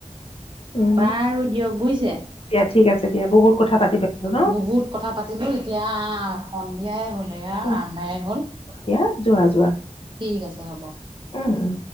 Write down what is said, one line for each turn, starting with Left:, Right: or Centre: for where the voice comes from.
Left: উম
Right: বাৰু দিয়ক বুজিছে।
Left: দিয়া ঠিক আছে দিয়া বহুত কথা পাতি পেলালো ন
Right: বহুত কথা পাতিলো এতিয়া। সন্ধিয়াই হ'ল এইয়া
Left: অ
Right: আন্ধাই হ'ল।
Left: দিয়া যোৱা যোৱা।
Right: ঠিক আছে হ'ব।
Left: উম উম